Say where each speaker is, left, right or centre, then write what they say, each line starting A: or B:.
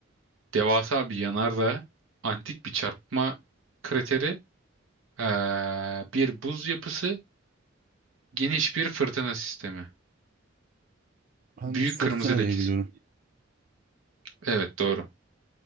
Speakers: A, on the right; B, on the right.
A: Devasa bir yanardağ, antik bir çarpma krateri, eee, bir buz yapısı, geniş bir fırtına sistemi.
B: Ben
A: Büyük
B: fırtına
A: kırmızı lekesi.
B: diye biliyorum.
A: Evet doğru.